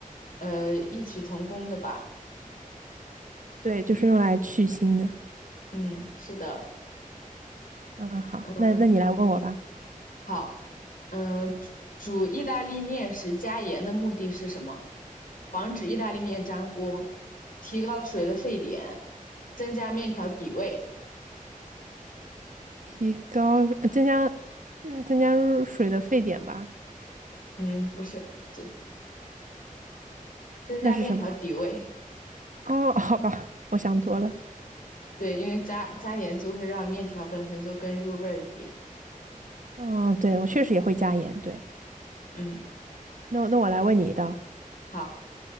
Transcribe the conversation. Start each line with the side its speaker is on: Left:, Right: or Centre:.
Left: 呃异曲同工的吧。
Right: 对，就是用来去腥的。
Left: 嗯，是的。
Right: 嗯，好，
Left: 嗯，
Right: 那那你来问我吧。
Left: 好。嗯，煮煮意大利面时加盐的目的是什么？防止意大利面粘锅，提高水的沸点，增加面条底味。
Right: 提高，呃增加，嗯，增加入水的沸点吧。
Left: 嗯，不是，就增加面条底味。
Right: 那是什么？哦，好吧，我想多了。
Left: 对，因为加加盐就会让面条本身就更入味儿一点。
Right: 嗯，对，我确实也会加盐，对。
Left: 嗯，
Right: 那那我来问你一道，
Left: 好。